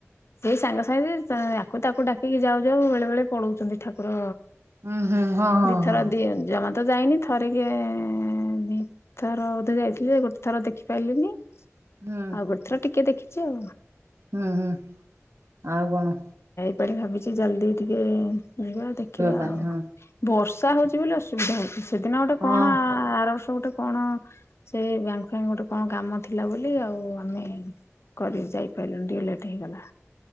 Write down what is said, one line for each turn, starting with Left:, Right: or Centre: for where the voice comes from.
Left: ସେଇ ସାଙ୍ଗେ ସାଙ୍ଗେରେ ଆକୁ ତାକୁ ଡାକିକି ଯାଉ ଯାଉ ବେଳେ ବେଳେ ପଳଉଛନ୍ତି ଠାକୁର
Right: ହୁଁ ହୁଁ ହଁ ହଁ
Left: ଦିଥର
Right: ହଁ
Left: ଦି ଜମା ତ ଯାଇନି ଥରେ କି ଥର ବୋଧ ଯାଇଥିଲି ଗୋଟେ ଥର ଦେଖିପାରିଲିନି।
Right: ହୁଁ
Left: ଆଉ ଗୋଟେ ଥର ଟିକେ ଦେଖିଛି ଆଉ
Right: ହୁଁ ହୁଁ ଆଉ କଣ?
Left: ଣି ଭାବିଛି ଜଲଦି ଟିକେ ଯିବା ଦେଖିବା
Right: ପାଇଁ
Left: ଆଉ
Right: ହଁ।
Left: ବର୍ଷା ବର୍ଷା ହଉଛି ବୋଲି ଅସୁବିଧା ହୋଉଛି ସେଦିନ
Right: ହଁ
Left: କଣ ଆର୍ ବର୍ଷ ଗୋଟେ କଣ ସେ ବ୍ୟାଙ୍କ ଫାକ୍ ଗୋଟେ କଣ କାମ ଥିଲା ବୋଲି ଆଉ ଆମେ କଲେଜ ଯାଇପାରିଲୁନି ଟିକେ ଲେଟ୍ ହେଇଗଲା।